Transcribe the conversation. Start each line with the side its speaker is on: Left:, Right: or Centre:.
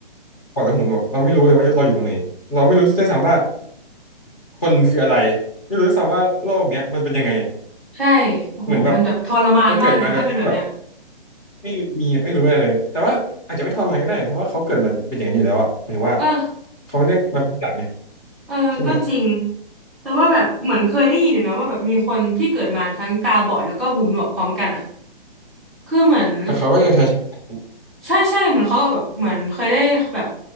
Left: ปอดและหูหนวกเราไม่รู้เลยว่าเราอยู่ตรงไหนเราไม่รู้ด้วยซ้ำว่าคนคืออะไรไม่รู้ด้วยซ้ำว่าโลกเนี้ยมันเป็นยังไงอ่ะ
Centre: ใช่โอ้โหมันแบบทรมานมากนะถ้าเป็นแบบเนี้ย
Left: เหมือนแบบเราเกิดมาโดยที่แบบไม่มีไม่รู้อะไรเลยแต่ว่าอาจจะไม่ทรมานก็ได้เพราะว่าเขาเกิดมาเป็นอย่างนั้นอยู่แล้วอ่ะหมายถึงว่า
Centre: เออ
Left: เขาไม่ได้มาเป็นทีหลังไง
Centre: เออก็จริง
Left: ใช่ไหม
Centre: แต่ว่าแบบเหมือนเคยได้ยินอยู่นะว่าแบบมีคนที่เกิดมาทั้งตาบอดแล้วก็หูหนวกพร้อมกันอ่ะคือเหมือน
Left: แต่เขาก็ยังใช้ชีวิตข
Centre: ใช่ใช่เหมือนเขาแบบเหมือนเคยได้แบบ